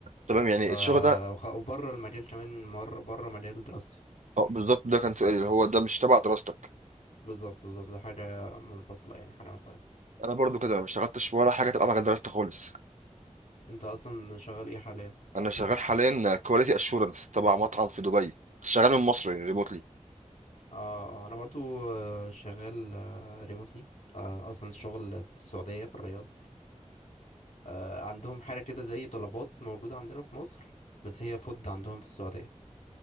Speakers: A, on the right; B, on the left.
A: تمام يعني
B: ف
A: الشغل ده
B: وخ- وبره المجال كمان مر بره مجال دراستي
A: اه بالظبط ده كان سؤالي اللي هو ده مش تبع دراستك
B: بالظبط بالظبط ده حاجة منفصلة يعني حاجة مختلفة
A: انا برضو كده انا ما اشتغلتش ولا حاجه تبع مجال دراستي خالص
B: أنت أصلا شغال إيه حاليا؟
A: انا شغال حاليا كواليتي اشورنس تبع مطعم في دبي شغال من مصر ريموتلي
B: اه آه، أنا برضو آه، شغال ريموتلي أصلا شغل في السعودية في الرياض آه، عندهم حاجة كده زي طلبات موجودة عندنا في مصر بس هي فود عندهم في السعودية